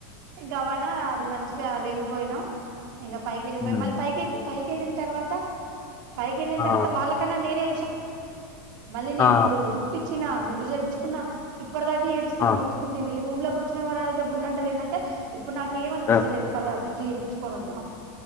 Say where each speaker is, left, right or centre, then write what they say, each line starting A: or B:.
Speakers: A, on the right; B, on the left.
A: ఇంకా అవ్వనా అది మంచిగా వెళ్ళిపోయినాం ఇంకా పైకి వెళ్ళిపోయి
B: ఉమ్
A: మళ్ళీ పైకిె పైకెళ్ళిన తర్వాత పైకిెళ్ళిన
B: ఆ
A: తర్వాత వాళ్ళకన్నా నేనే మళ్ళీ నేను
B: ఆ
A: జుట్టిచ్చిన గుండుె చేపించుకున్నా ఇప్పటిదాగ ఏడిస్తవి
B: ఆ
A: మొత్తుకుంటేవి రూమ్ లోకి వచ్చిన వారుద గుండంటారు ఏంటే ఇప్పుడు నాక ఏమనిపిస్తలేదు
B: ఆ
A: పద జుట్టు చేయిించుకొని వద్దాం